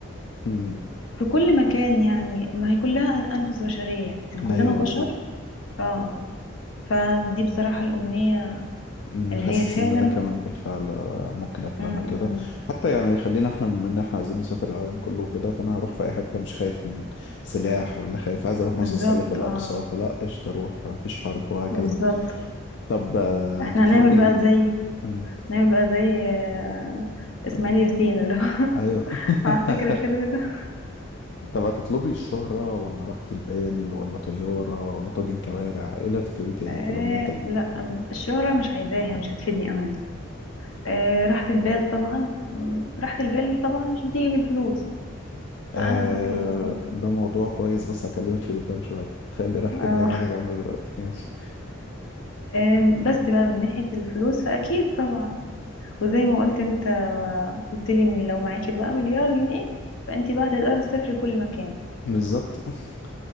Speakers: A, on the left (about 55°); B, on the left (about 75°).
A: امم
B: في كل مكان يعني ما هي كلها أنفس بشرية يعني كلنا
A: ايوه
B: بشر
A: بالظبط
B: اه فدي بصراحة الأمنية
A: أمم،
B: اللي
A: حاسس
B: هي فعلا
A: ان انا كمان بالفعل آه، ممكن اتمنى
B: م-
A: كده
B: م.
A: حتى يعني خلينا احنا بما ان احنا عايزين نسافر العالم كله وكده فانا هروح في اي حته مش خايف من سلاح ولا خايف عايز اروح
B: بالظبط
A: مثلا اصلي في الاقصى
B: اه
A: فلا قشطه اروح مفيش حرب وهكذا
B: بالظبط
A: طب آه،
B: احنا
A: هتطلبي
B: هنعمل بقى زي
A: أمم،
B: هنعمل بقى زي آه، إسماعيل ياسين اللي هو
A: ايوه <laughs>
B: <laughs> على فاكر الفيلم ده
A: طب هتطلبي الشهرة ولا راحة البال ولا طيارة ولا طاجن كوارع ايه اللي هتطلبيه تاني
B: آه
A: في الأمنية التانية
B: لا أم- الشهرة مش عايزاها مش هتفيدني أوي أنا آه راحة البال طبعا م، راحة البال طبعا مش بتيجي بالفلوس
A: آه
B: فأنا هطلب مثلا
A: ده موضوع كويس بس هكلمك فيه قدام شوية خلي راحة
B: آه
A: البال على جنب دلوقتي ماشي
B: آم، بس بقى من ناحية الفلوس فأكيد طبعا وزي ما قلت انت قلت لي ان لو معاكي بقى مليار جنيه فانت بقى هتقدري تسافري كل مكان
A: بالظبط <laughs>